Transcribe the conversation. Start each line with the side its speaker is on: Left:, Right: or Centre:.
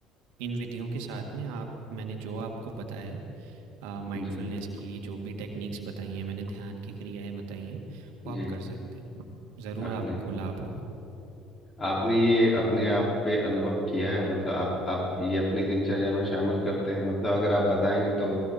Right: इन विधियों के साथ में आप मैंने जो आपको बताया है माइंडफुलनेस
Left: जी
Right: की जो भी टेक्निक्स बताई हैं मैंने ध्यान की क्रियाएं बताई हैं वो आप
Left: जी
Right: कर सकते हैं ज़रूर
Left: आपने
Right: आपको लाभ होगा
Left: आपने ये अपने आप पे अनुभव किया है मतलब आप आप ये अपनी दिनचर्या में शामिल करते हैं मतलब अगर आप बताएंगे तो